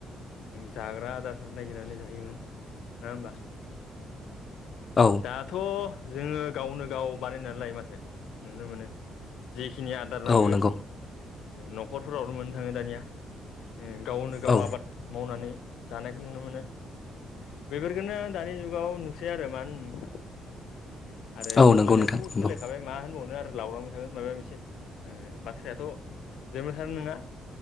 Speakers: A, on the left; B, on the left.
A: जाग्रा आदारफोर नागिरनानै जायोमोन नंङा होमबा
B: औ
A: दाथ' जोंङो गावनो गाव बानायनानै लायो माथो नुनो मोनो जेखिनि आदार नांगौ
B: औ नंगौ
A: न'खरफोरावनो मोननो थांङो दानिया गावनो गाव
B: औ
A: आबाद मावनानै जानायखौ नुनो मोनो बेफोरखौनो दानि जुगाव नुसै आरो मानो होनो नोंथां आरो
B: औ
A: सोलायनायाथ'
B: नंगौ नोंथां
A: बहुद
B: नंगौ
A: सोलायखाबाय मा होनबावनो आरो लावलांबाय थागोन माबा मोनसे बाथ्रायाथ' <unintelligible> नंङा